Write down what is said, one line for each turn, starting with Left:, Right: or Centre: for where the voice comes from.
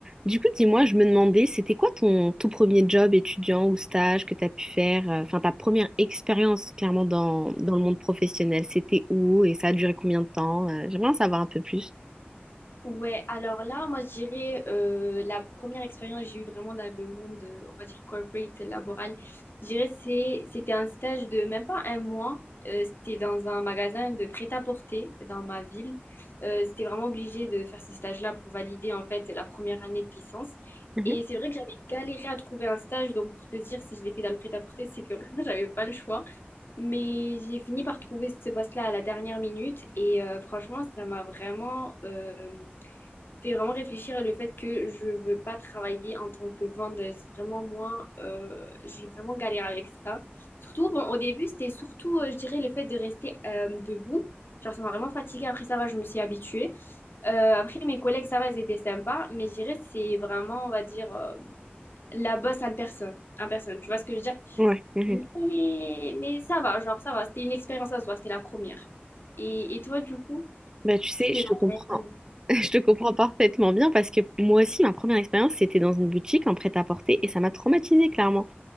Right: Du coup, dis-moi, je me demandais, c'était quoi ton tout premier job étudiant ou stage que tu as pu faire, euh, enfin ta première expérience clairement dans, dans le monde professionnel, c'était où et ça a duré combien de temps? Euh, j'aimerais en savoir un peu plus.
Left: Ouais, alors là, moi, je dirais euh, la première expérience que j'ai eue vraiment dans le monde, euh, on va dire corporate, laboral, je dirais c'est c'était un stage de même pas un mois. Euh, c'était dans un magasin de prêt-à-porter dans ma ville. Euh, c'était vraiment obligé de faire ce stage-là pour valider en fait la première année de licence.
Right: Mhm.
Left: Et c'est vrai que j'avais galéré à trouver un stage, donc pour te dire si je l'ai fait dans le prêt-à-porter, c'est que <laughs> vraiment j'avais pas le choix. Mais j'ai fini par trouver ce poste-là à la dernière minute et euh, franchement, ça m'a vraiment euh, fait vraiment réfléchir le fait que je veux pas travailler en tant que vendeuse. Vraiment, moi, euh, j'ai vraiment galéré avec ça. Surtout, bon, au début, c'était surtout, euh, je dirais, le fait de rester euh, debout. Genre, ça m'a vraiment fatiguée. Après, ça va, je me suis habituée. Euh, après, mes collègues, ça va, ils étaient sympas. Mais je dirais, c'est vraiment, on va dire, euh, la bosse en personne. En personne, tu vois ce que je veux dire?
Right: Ouais. mhm.
Left: Mais, mais ça va, genre, ça va. C'était une expérience à soi, c'était la première. Et, et toi, du coup,
Right: Bah, tu sais,
Left: c'était
Right: je te
Left: la
Right: comprends.
Left: première.
Right: <laughs> Je te comprends parfaitement bien parce que moi aussi, ma première expérience, c'était dans une boutique en prêt-à-porter et ça m'a traumatisée clairement.